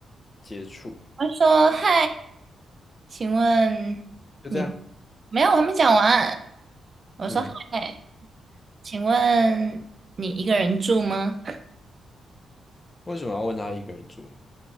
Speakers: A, on the left (about 30°); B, on the right (about 40°).
A: 接触？
B: 我会说嗨，请问你
A: 就这样。
B: 没有？我还没讲完。我说嗨，
A: 嗯，
B: 请问你一个人住吗？
A: 为什么要问她一个人住？